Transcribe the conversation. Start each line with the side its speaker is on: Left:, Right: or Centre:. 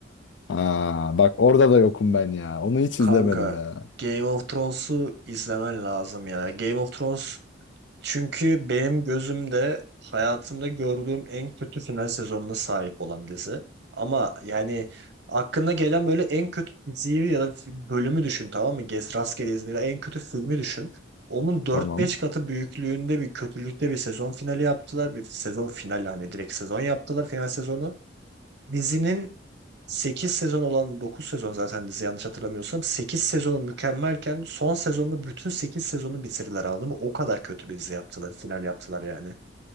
Left: Ha, bak orada da yokum ben ya. Onu hiç
Right: Kanka
Left: izlemedim ya.
Right: Game of Thrones'u izlemen lazım ya. Game of Thrones çünkü benim gözümde hayatımda gördüğüm en kötü final sezonuna sahip olan dizi. Ama yani aklına gelen böyle en kötü diziyi ya da fi- bölümü düşün tamam mı? Gez rastgele izle ya en kötü filmi düşün. Onun dört
Left: Tamam.
Right: beş katı büyüklüğünde bir kötülükte bir sezon finali yaptılar. Bir sezon finali hani direkt sezon yaptılar final sezonu. Dizinin 8 sezon olan 9 sezon zaten dizi yanlış hatırlamıyorsam 8 sezonu mükemmelken son sezonunu bütün 8 sezonu bitirdiler anladın mı? O kadar kötü bir dizi yaptılar, final yaptılar yani.